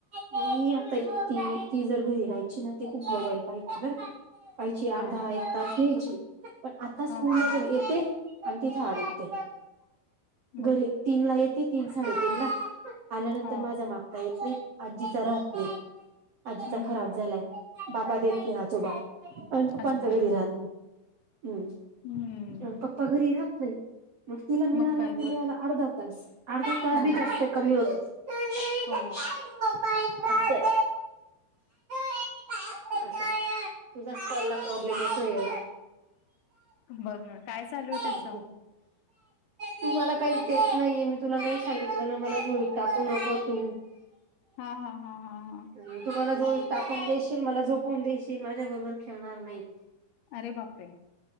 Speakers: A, on the right; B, on the left.
A: मी आता त ती जर घरी राहायची ना ते खूप मोबाईल पाहायची बर का? पायची
B: हा
A: अर्धा एक तास घ्यायची पण आता
B: हा
A: स्कूल
B: हा
A: मधून येते आणि तिथेडत.
B: बघ
A: घरी तीन ला येत तीन साडे तन ला आल्यानंतर
B: हा
A: माझा माग. येत आजीचा राहतले आजीचा
B: हम्म
A: खराब झालाय बाबा देतले आ. ोबा आणि पप्पांच्या
B: आजोबा
A: घरी
B: देत
A: राहत ना हम्म.
B: हम्म
A: आणि पप्पा घरी राहत नाही मग तिला मिळाला
B: मग काय
A: त मला
B: तर
A: अर्धा तास. अर्धा तास
B: हो
A: बी जास्त कमी होतो शु
B: हो
A: शु अ तुझ्याच कॉलला प्रॉब्लेम येतोय एवढा
B: बघ ना काय चालूये त्याच
A: असं. तू मला काही देत नाहीे मी तुला नाही सांगितलं ना मला झोळीत टाकू नको तू
B: हा हा हा हा हा
A: मी तुमला जो टाकून देशील मला झोपून देशील माझ्या बरोबर खेळणार नाही.
B: अरे बापरे